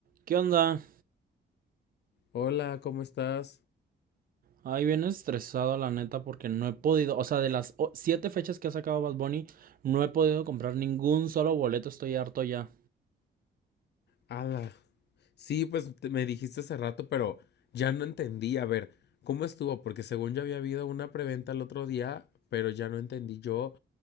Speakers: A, on the right; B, on the left.
A: ¿Qué onda?
B: Hola, ¿cómo estás?
A: Ay, bien estresado, la neta, porque no he podido, o sea, de las o- siete fechas que ha sacado Bad Bunny, no he podido comprar ningún solo boleto, estoy harto ya.
B: Ala. Sí, pues te- me dijiste hace rato, pero ya no entendí. A ver, ¿cómo estuvo? Porque según yo había habido una preventa el otro día, pero ya no entendí yo,